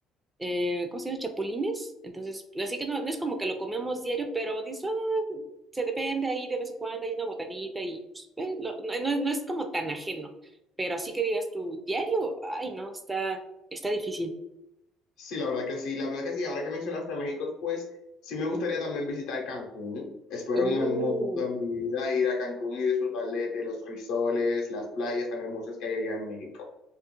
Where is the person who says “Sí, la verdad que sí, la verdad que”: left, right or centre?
Left